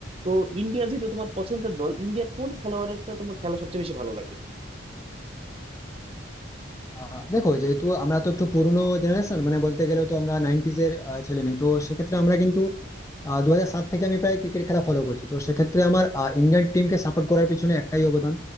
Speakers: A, on the right (about 30°); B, on the left (about 15°).
A: তো ইন্ডিয়া যেহেতু তোমার পছন্দের দল ইন্ডিয়ার কোন খেলোয়াড়টা তোমার খেলা সবচেয়ে বেশি ভালো লাগে
B: আহ, দেখো যেহেতু আমরা তো একটু পুরনো জেনারেশন মানে বলতে গেলে তো আমরা নাইনটিজ এর আহ, ছেলে মেয়ে তো সেক্ষেত্রে আমরা কিন্তু দু হাজার সাত থেকে আমি প্রায় ক্রিকেট খেলা ফলো করছি তো সেক্ষেত্রে আমার ইন্ডিয়ান টিমকে সাপোর্ট করার পিছনে একটাই অবদান